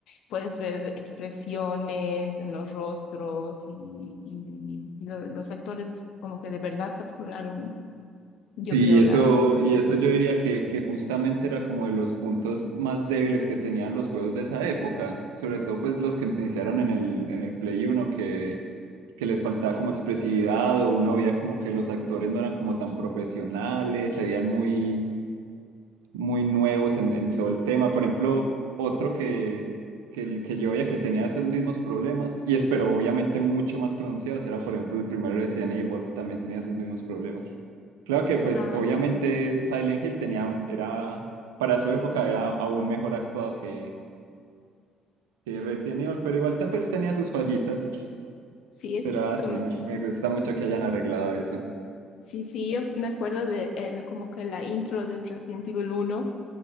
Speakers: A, on the left; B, on the right.
A: puedes ver expresiones en los rostros y, y- y lo- los actores como que de verdad capturaron, yo
B: Y
A: creo,
B: eso,
A: la esencia.
B: y eso yo diría que, que justamente era como de los puntos más débiles que tenían los juegos de esa época, sobre todo pues los que iniciaron en el, en el Play uno que, que les faltaba como expresividad o uno veía como que los actores no eran como tan profesionales, se veían muy, muy nuevos en, en todo el tema. Por ejemplo, otro que, que, el que yo veía que tenía esos mismos problemas, y es, pero obviamente mucho más pronunciados, era por ejemplo el primer Resident Evil, también tenía esos mismos problemas. Claro que pues
A: Ah,
B: obviamente
A: ya.
B: Silent Hill tenía, era, para su época era aún mejor actuado que, que Resident Evil, pero igual te- pues tenía sus fallitas.
A: Sí, es
B: Pero
A: cierto.
B: así,
A: me-
B: me, me gusta mucho que hayan arreglado eso.
A: Sí, sí, yo me acuerdo de el- como que la intro del Resident Evil uno